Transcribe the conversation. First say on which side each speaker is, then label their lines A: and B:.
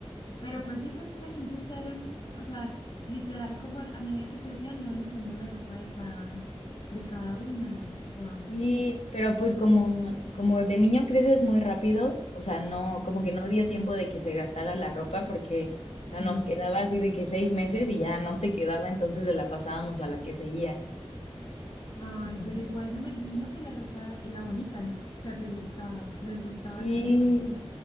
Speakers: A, on the left; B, on the left.
A: Pero pues sí, prácticamente usaron, o sea, literal como a medida que crecían iban usando la ropa de cada, de cada una. Wow.
B: Sí, pero pues como, como de niño creces muy rápido, o sea, no, como que no dio tiempo de que se gastara la ropa porque, o sea,
A: Sí.
B: nos quedaba así de que seis meses y ya no te quedaba, entonces de la pasábamos a la que seguía.
A: Ay,
B: Ujú.
A: pero igual me imagino que la ropa era bonita, ¿no? O sea, te gustaba, les gustaba
B: Sí,
A: la ropa.